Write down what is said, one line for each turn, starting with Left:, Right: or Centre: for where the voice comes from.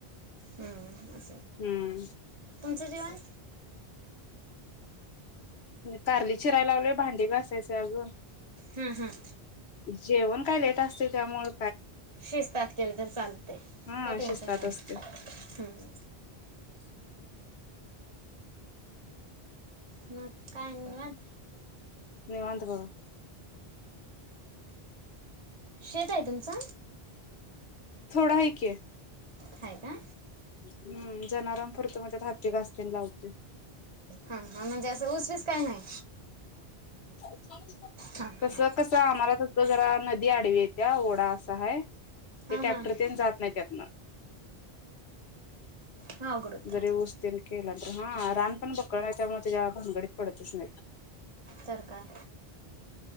Right: हम‌ ह‌ ह.
Left: हम‌.
Right: तूमचं जेवाण?
Left: कारली चिराय लागलोय भांडी घासायचं आहे अजून
Right: हम्म हं.
Left: जेवण काय लेट असतंय त्यामुळं
Right: शिस्तात केलं तर चालतंय
Left: हा
Right: काय टेंशन
Left: शिस्तात
Right: नाही.
Left: असते
Right: हम्म. मग काय आणि निवांत?
Left: निवांत बघा.
Right: शेत आहे तुमचं
Left: थोड हाय की.
Right: हाय का?
Left: हम्म जनावरां पुरंत म्हणत्यात हत्ती घास किण लावतोय.
Right: हा हा म्हणजे असं ऊस बिस काय नाही.
Left: <unintelligible>
Right: हां
Left: तसं
Right: हां
Left: कसं आम्हाला तसं जरा नदी आडवी इतीया ओढा असा हयं
Right: हां
Left: ते ट्रॅक्टर
Right: हां
Left: तेण जात नाही त्यातनं.
Right: हा अवघड होता
Left: जरी ऊस तेन केला तर हा रान पण बक्कळ आहे त्यामुळे त्याज्या भानगडीत पडतच नाहीत.
Right: तर काय